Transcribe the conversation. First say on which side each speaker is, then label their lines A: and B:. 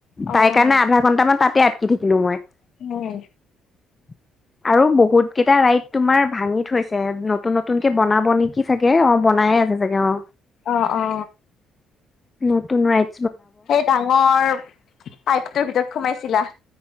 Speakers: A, on the left (about 60°); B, on the left (about 20°).
A: অ',
B: তাই কাৰণে আধা ঘণ্টামান তাতে আটকি থাকিলো মই
A: উম,
B: <inaudible> আৰু বহুত কেইটা ৰাইত তোমাৰ ভাঙি থৈছে নতুন নতুন কেে বনাবন কি চাগে অ বনাই আছে চাগে অ
A: অ- অ
B: নতুন ৰাই
A: সেই ডাঙৰ পাইপটোৰ ভিতৰত সোমাইছিলা